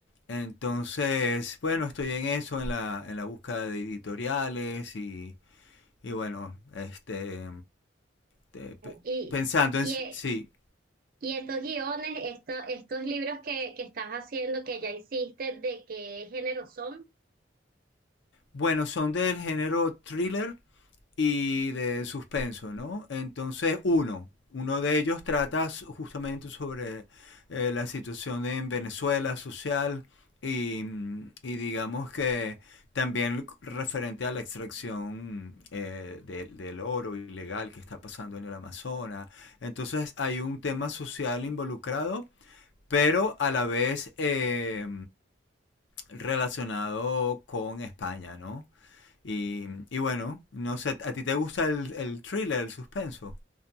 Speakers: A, on the left; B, on the right.
A: Entonces, bueno, estoy en eso, en la, en la búsqueda de editoriales y, y bueno, este, te- pe-
B: Y,
A: pensando en
B: y,
A: si,
B: eh,
A: sí.
B: y estos guiones, esto- estos libros que, que estás haciendo, que ya hiciste, ¿de qué género son?
A: Bueno, son del género thriller y de suspenso, ¿no? Entonces, uno, uno de ellos trata justamente sobre eh, la situación en Venezuela social y, y digamos que también referente a la extracción eh, de- del oro ilegal que está pasando en el Amazonas. Entonces hay un tema social involucrado, pero a la vez eh, relacionado con España, ¿no? Y, y bueno, no sé, ¿a ti te gusta el, el thriller, el suspenso?